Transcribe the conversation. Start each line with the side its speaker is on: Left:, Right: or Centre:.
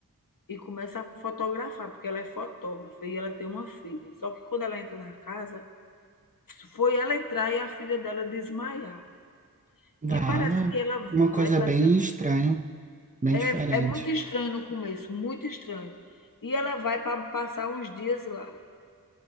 Left: e começa a fotografar, porque ela é fotógrafa e ela tem uma filha. Só que quando ela entra na casa, foi ela entrar e a filha dela desmaiar. E parece
Right: a
Left: que ela
Right: uma
Left: vai,
Right: coisa
Left: parece,
Right: bem estranha, bem
Left: é,
Right: diferente.
Left: é muito estranho no começo, muito estranho. E ela vai para passar uns dias lá.